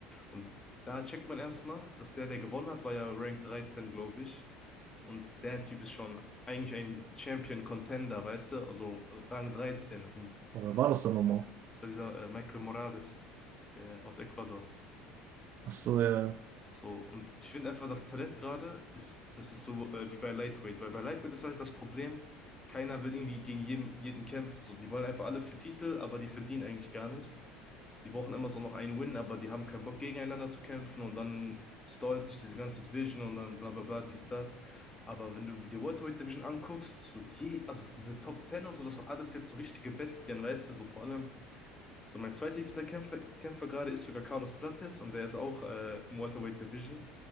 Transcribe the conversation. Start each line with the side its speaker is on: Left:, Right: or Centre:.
Left: und da checkt man erstmal, dass der, der gewonnen hat, war ja Rank dreizehn glaube ich. Und der Typ ist schon eigentlich ein Champion-Contender, weißt du? Also äh, Rang 13. Und
Right: Aber wer war das denn nochmal?
Left: das war dieser äh, Michael Morales, der aus Ecuador.
Right: Ach so, ja, ja.
Left: So, und ich finde einfach, das Talent gerade ist, das ist so äh, wie bei Lightweight, weil bei Lightweight ist halt das Problem, keiner will irgendwie gegen jeden, jeden kämpfen. So, die wollen einfach alle für Titel, aber die verdienen eigentlich gar nicht. Die brauchen immer so noch einen Win, aber die haben keinen Bock, gegeneinander zu kämpfen und dann stallt sich diese ganze Division und dann bla bla bla, dies, das. Aber wenn du die Welterweight Division anguckst, so je, also diese Top 10 und so, das sind alles jetzt so richtige Bestien, weißt du, so vor allem, so mein zweitliebster Kämpfer, Kämpfer gerade ist sogar Carlos Prates und der ist auch äh, im Welterweight Division.